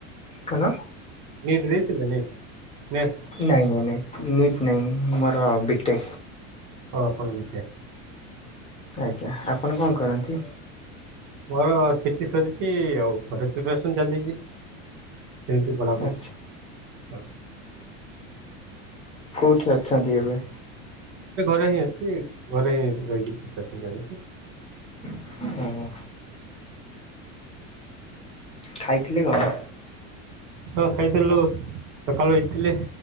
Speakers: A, on the left; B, on the right.
A: କଣ?
B: ନି ଟ୍ ଦେଇଥିଲେ ନିଟ୍। ନେଟ
A: ନାଇଁ ନାଇଁ ନାଇଁ ନୀଟ ନାହିଁ, ମୋର ବିଟେକ୍।
B: ଓହୋ! ଏମିତିଆ
A: ଆଜ୍ଞା, ଆପଣ କଣ କରନ୍ତି?
B: ମୋର ସିଟି ସରିଛି। ଆଉ ଘରେ ପ୍ରିପାରେସନ୍ ଚାଲିଛି। ସେଇଠି କଳାପ
A: ଆଚ୍ଛା
B: ଖ
A: କୋଉଠି ଅଛନ୍ତି ଏବେ?
B: ଏ ଘରେ ହିଁ ଅଛି। ଘରେ ହିଁ ରହିକି <unintelligible>
A: ଉଁ ହୁ। ଖାଇଥିଲେ କଣ?
B: ହଁ ଖାଇଥିଲୁ ସକାଳୁ ଇଟିଲି,